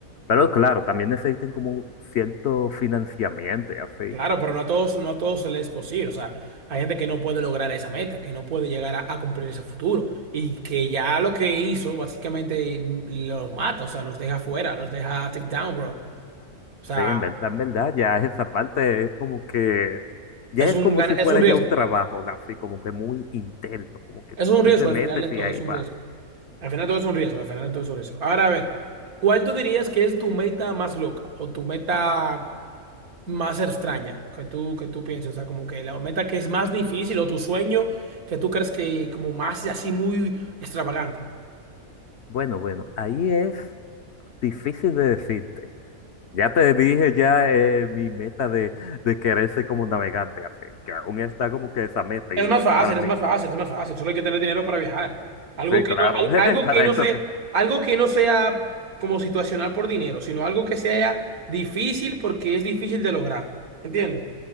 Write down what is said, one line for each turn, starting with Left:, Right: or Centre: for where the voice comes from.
Left: Pero claro, también necesitan como cierto financiamiento y así.
Right: Claro, pero no a todos, no a todos les es posible, o sea, hay gente que no puede lograr esa meta, que no puede llegar a, a cumplir ese futuro y que ya lo que hizo básicamente los mata, o sea, los deja fuera, los deja take down, bro. O sea,
Left: Sí, en verdad, en verdad, ya esa parte es como que, ya
Right: es
Left: es
Right: un,
Left: como
Right: gan-
Left: si fuera
Right: es un riesgo.
Left: ya un trabajo, así como que muy interno, como que
Right: Es un
Left: tú
Right: riesgo,
Left: te metes
Right: al final de todo
Left: y ahí
Right: es un
Left: vas.
Right: riesgo. Al final de todo es un riesgo, al final de todo es un riesgo. Ahora, a ver, ¿cuál tú dirías que es tu meta más loca o tu meta más extraña que tú, que tú pienses? O sea, como que la meta que es más difícil o tu sueño que tú crees que como más así muy extravagante.
Left: Bueno, bueno, ahí es difícil de decirte. Ya te dije ya eh, mi meta de, de querer ser como un navegante, así que aún está como que esa meta
Right: Es
Left: y
Right: más fácil,
Left: para mí,
Right: es más fácil, es más fácil. Solo hay que tener dinero para viajar. Algo
Left: sí,
Right: que
Left: claro,
Right: no, al-
Left: <laughs>
Right: algo
Left: para
Right: que no
Left: eso
Right: sea, algo que no sea como situacional por dinero, sino algo que sea difícil porque es difícil de lograr. ¿Entiendes?